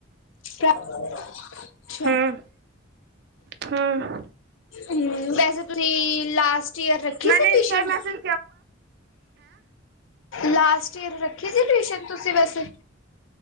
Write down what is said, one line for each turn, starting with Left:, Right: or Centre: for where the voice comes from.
Left: ਅੱਛਾ।
Right: ਹਮ ਹਮ
Left: ਹੂੰ ਵੇਸੇ। ਤੁਸੀਂ ਲਾਸਟ ਈਅਰ ਰੱਖੀ
Right: ਮੈਨੇ
Left: ਸੀ
Right: Insta
Left: tuition.
Right: Message
Left: last year ਰੱਖੀ ਸੀ ਟਿਸ਼ਨ ਤੁਸੀ ਵੈਸੇ।